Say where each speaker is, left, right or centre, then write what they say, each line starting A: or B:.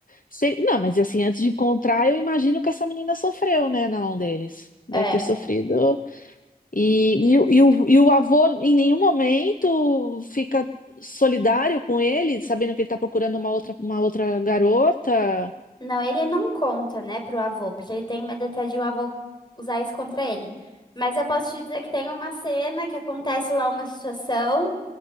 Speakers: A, on the left; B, on the left.
A: se ele- não, mas assim, antes de encontrar, eu imagino que essa menina sofreu, né, na mão deles.
B: É.
A: Deve ter sofrido. E, e, o, e o e o avô em nenhum momento fica solidário com ele, sabendo que ele está procurando uma outra, uma outra garota.
B: Não, ele não conta, né, pro avô, porque ele tem medo até de o avô usar isso contra ele. Mas eu posso te dizer que tem uma cena que acontece lá uma situação,